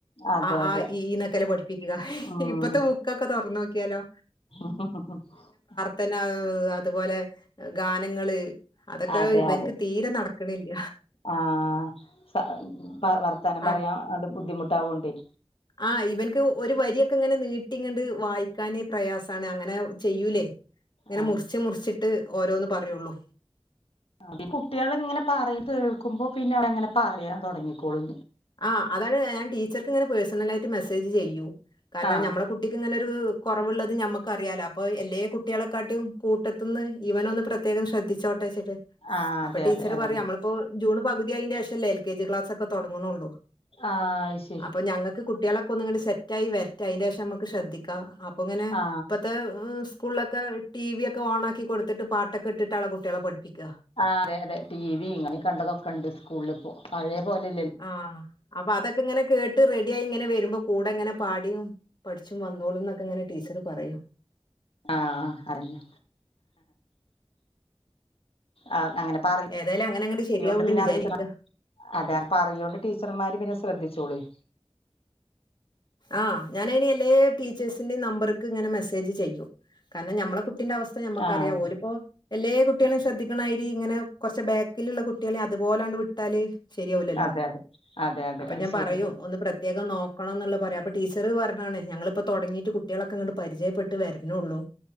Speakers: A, on the left (about 75°); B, on the left (about 50°).
A: അതെ
B: അ
A: അതെ
B: ആ ഇ ഈന്നൊക്കെല്ല പഠിപ്പിക്കുക
A: ഉം
B: ഇപ്പത്തെ ബുക്കൊക്കെന്ന് തോർന്നോ ക്കിയാലോ
A: ആഹ ഹ ഹ
B: തന്നെഹ് അതുപോലെ ഗാനങ്ങള് അതൊക്കെ
A: അതെ
B: ഇവനിക്ക്
A: അതെ
B: തീരെ നടക്കണില്ല
A: ആ സ പ വർത്താനം
B: ആഹ്
A: പറയാൻ അത് ബുദ്ധിമുട്ടാതുകോണ്ടയ്
B: ആ് ഇവനക്ക് ഒരു വരിയൊക്കെ ങ്ങനെ നീട്ടി ങ്ങണ്ട് വായിക്കാൻ പ്രയാസാണ് അങ്ങനെ ചെയ്യൂലേ ങ്ങനെ
A: ആ
B: മുറിച്ച് മുറിച്ചിട്ട് ഓരോന്ന് പറയുള്ളൂ
A: അത് കുട്ടിയാൾ ഇങ്ങനെ പറയ് കേൾക്കുമ്പോ പിന്നെ അവരങ്ങനെ പറയാൻ തൊടങ്ങിക്കോള്
B: ആഹ് അതാണ് ഞാൻ ടീച്ചർക്ക് ഇങ്ങനെ പേഴ്സണലായിട്ട് മെസ്സേജ് ചെയ്യൂ കാരണം
A: ആ
B: നമ്മളെ കു ട്ടിക്ക്ങ്ങനൊരു കൊറവ്ള്ളത് നമ്മക്ക് അറിയാല അപ്പൊ എല്ലേ കുട്ടികളെക്കാട്ടിയും കൂട്ടത്ത്ന്ന് ഇവനൊന്ന് പ്ര പ്രത്യേകം ശ്രദ്ധിച്ചോട്ടെച്ചിട്ട്
A: ആ
B: അപ്പൊ
A: അതെ
B: ടീച്ചറ്
A: അതെ അതന്നെ
B: പറയും നമ്മള് ഇപ്പോ ജൂൺ പകുതിയായ്ൻ്റേ ശല്ലേഎൽ കെ ജിക്ലാസൊക്കെ തൊടങ്ങ്ണൊള്ളൂ
A: ആഹ് ശ
B: അപ്പൊ ഞങ്ങക്ക് കുട്ടിയാളൊക്കൊ ന്ന്ങ്ങട്ട് സെറ്റായി വര്റ്റെ അയ്ൻ്റേഷം മ്മക്ക് ശ്രദ്ധി ക അപ്പൊ ഇങ്ങനെ
A: ആ
B: ഇപ്പത്തെ ഉം സ്കൂളിലൊക്കെ ടി വി ഒക്കെ ഓൺ ആക്കി കൊടുത്തിട്ട് പാട്ടൊക്കെ ഇട്ടിട്ടാണ് കുട്ടിയാളെ പഠിപ്പിക്ക
A: ആഹ് അതെ തെ ടി വി ഇങ്ങനെ കണ്ടതൊക്കെണ്ട് സ്കൂള്പ്പോ പഴയേ പോലല്ല
B: ആഹ് അപ്പൊ അതൊക്കെ ഇങ്ങനെ കേട്ട് റെഡി ആയി ഇങ്ങനെ വരുമ്പോ കൂടെ എങ്ങനെ പാടിയും പഠിച്ചും വന്നോളൂ ന്നൊക്കെങ്ങനെ ടീച്ചർ പറയു
A: ആഹ് അതന്നെ ആ അങ്ങനെ പറ
B: ഏതായാലും അങ്ങനെ അങ്ങോട്ട് ശരിയാവും
A: യോണ്ട്
B: എന്ന്
A: പിന്നെ
B: വിചാരിക്കുക
A: അവര് അതെ പറയോണ്ട് ടീച്ചർമാര് പിന്നെ ശ്രദ്ധിച്ചോളൊയ്
B: ആഹ് ഞാനയ്ന് എല്ലേ ടീച്ചേഴ്സിൻ്റിം നമ്പർക്ക് ഇങ്ങനെ മെസ്സേജ് ചെയ്യൂ കാരണം നമ്മളെ കുട്ടിന്റെ അവസ് നമ്മുക്കറിയാ
A: ആഹ്
B: ഓല് ഇപ്പോ എല്ലേ കുട്ടികളെയും ശ്രദ്ധിക്ക്ണായിരി ഇങ്ങനെ കൊറച്ച് ബാക്കിലുള്ള കുട്ടികളെ അതുപോലാണ്ട് വി ട്ടാല് ശരിയാവ് ല്ലല്ലോ
A: അതെ അതെ അതെ അതെ
B: അപ്പൊ
A: അത്
B: ഞാൻ
A: ശരിയാണ്
B: പറയും ഒന്ന് പ്രത്യേകം നോക്കണം ന്ന്ള്ള പറയാംപ്പൊ ടീച്ചർ പറഞ്ഞാണ് ഞങ്ങളിപ്പൊ തൊടങ്ങീട്ട് കുട്ടികളൊക്കെ ഇങ്ങട്ട് പരിചയപ്പെട്ട് വര് നൊള്ളൂ